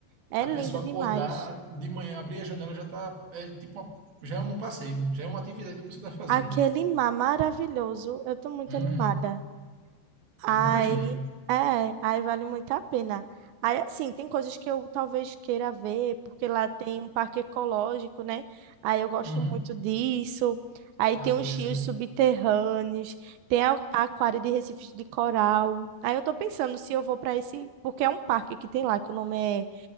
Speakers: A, on the right; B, on the right.
A: É
B: A
A: lindo
B: pessoa
A: demais.
B: acordar de manhã, abrir a janela já tá, é tipo uma- já é um passeio, já é uma atividade que a pessoa tá fazendo.
A: Aquele mar maravilhoso, eu tô muito
B: Uhum.
A: animada.
B: Eu
A: Aí,
B: imagino.
A: é, aí vale muito a pena. Aí, assim, tem coisas que eu talvez queira ver, porque lá tem um parque ecológico, né? Aí eu gosto
B: Uhum.
A: muito disso. Aí
B: A
A: tem
B: natureza,
A: os rios
B: né?
A: subterrâneos, tem a a aquário de recifes de coral. Aí eu tô pensando se eu vou para esse, porque é um parque que tem lá, que o nome é